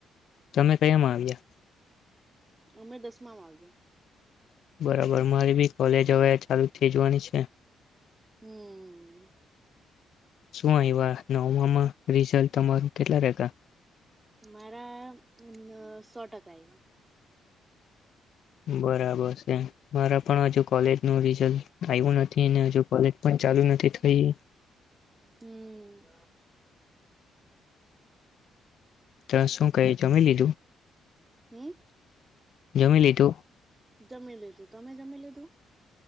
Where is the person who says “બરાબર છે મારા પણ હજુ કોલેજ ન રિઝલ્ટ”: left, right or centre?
Left